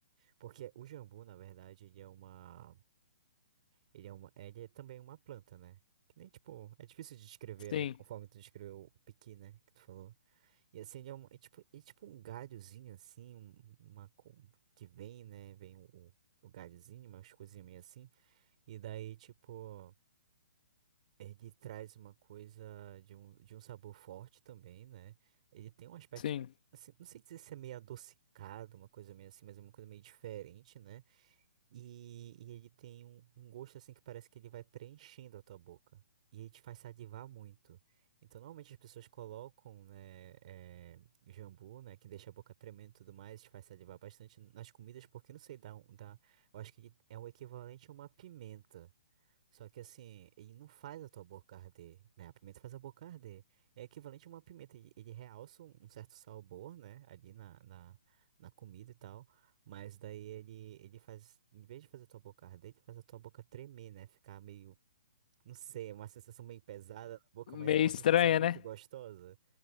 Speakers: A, on the right; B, on the left.
A: porque o jambu, na verdade, ele é uma. Ele é uma. Ele é também uma planta, né? Que nem, tipo, é difícil de descrever,
B: Sim,
A: né? Conforme tu descreveu o piqui, né? Que tu falou. E assim, ele é, um, é tipo, é tipo um galhozinho, assim, um- uma co- que vem, né? Vem o, o galhozinho, umas coisinhas meio assim. E daí, tipo, ele traz uma coisa de um, de um sabor forte também, né? Ele tem um aspecto,
B: sim.
A: assim, não sei dizer se é meio adocicado, uma coisa meio assim, mas é uma coisa meio diferente, né? E, e ele tem um, um gosto assim que parece que ele vai preenchendo a tua boca. E ele te faz salivar muito. Então, normalmente as pessoas colocam, né, eh, jambu, né, que deixa a boca tremendo e tudo mais, te faz salivar bastante nas comidas, porque não sei, dá, um- dá, eu acho que ele é o equivalente a uma pimenta. Só que assim, ele não faz a tua boca arder, né? A pimenta faz a boca arder. É equivalente a uma pimenta. Ele ele realça um um certo sabor, né? Ali na, na, na comida e tal. Mas daí ele, ele faz, em vez de fazer a tua boca arder, ele faz a tua boca tremer, né? Ficar meio, não sei, é uma sensação meio pesada na boca,
B: Meio
A: mas é uma
B: estranha,
A: sensação muito
B: né?
A: gostosa.